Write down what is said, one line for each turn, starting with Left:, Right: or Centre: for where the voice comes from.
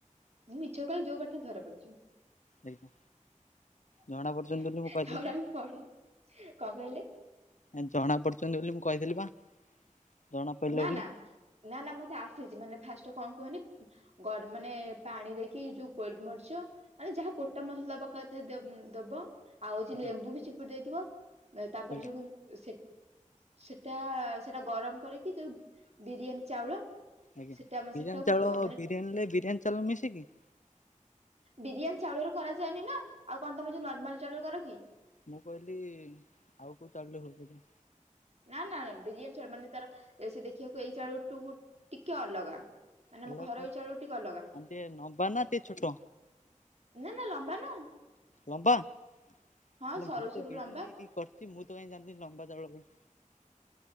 Right: ମୁଁ ମିଛ କହିଲେ ଯୋଉ ବାଟିଆ ହେଲେ ଧରା ପଡିଯିବି।
Left: ଆଜ୍ଞା ଜଣା ପଡୁଛନ୍ତି ବୋଲି ମୁଁ କହିଥିଲି
Right: ଧରା
Left: ବା
Right: ବି ପଢେ କଣ କହିଲେ?
Left: ଜଣା ପଡୁଛନ୍ତି ବୋଲି ମୁଁ କହିଦେଲି ବା। ଜଣା ପଡିଲେ
Right: ନା
Left: ବୋଲି
Right: ନା ନା ନା ମତେ ଆସିଛି। ମାନେ ଫାଷ୍ଟ କଣ କୁହନି? ଗର ମାନେ ପାଣି ଦେଇକି ଯୋଉ ଗୋଲମରିଚ ଆରେ ଯାହା ଗୋଟା ମସଲା ପକାଯାଏ ଦେ ଦବ। ଆଉଚି
Left: ଆଜ୍ଞା
Right: ଲେମ୍ବୁ ବି ଚିପୁଡି ଦେଇଥିବ। ତାପରେ
Left: ଆଜ୍ଞା
Right: ଯୋଉ ସେଟା ସେଟା ଗରମ କରି କି ତୁ ବିରିୟାନୀ ଚାଉଳ
Left: ଆଜ୍ଞା
Right: ସେଟା ଆମେ
Left: ବିରିୟାନୀ
Right: ସେଟାକୁ ପକେଇବା
Left: ଚାଉଳ
Right: ମାନେ
Left: ବିରିୟାନୀରେ ବିରିୟାନୀ ଚାଉଳ ମିଶିକି।
Right: ବିରିୟାନୀ ଚାଉଳର କରାଯାଏନି ନା। ଆଉ କଣ ତମେ ଯୋଉ ନର୍ମାଲ ଚାଉଳରେ କର କି?
Left: ମୁଁ କହିଲି ଆଉ କୋଉ ଚାଉଳରେ ହୁଏ ବୋଲି।
Right: ନା ନା ବିରିୟାନୀ ଚାଳୁ ମାନେ ତାର ସେ ଦେଖିବାକୁ ଏଇ ଚାଉଳଠୁ ଟିକେ ଅଲଗା। ମାନେ
Left: ଅଲଗା
Right: ମୁଁ ଘରୋଇ
Left: କୋଉ
Right: ଚାଉଳଠୁ ଟିକେ ଅଲଗା।
Left: ମାନେ ଟିକେ ଲମ୍ବା ନା ଟିକେ ଛୋଟ
Right: ନା ନା ଲମ୍ବା ନା।
Left: ଲମ୍ବା ମୁଁ
Right: ହଁ ସରୁ
Left: ତ
Right: ସରୁ
Left: ବିରିୟାନୀ
Right: ଲମ୍ବା
Left: କରିଛି। ମୁଁ ତ କାହିଁ ଜାଣିିନି ଲମ୍ବା ଚାଉଳ ବୋଲି।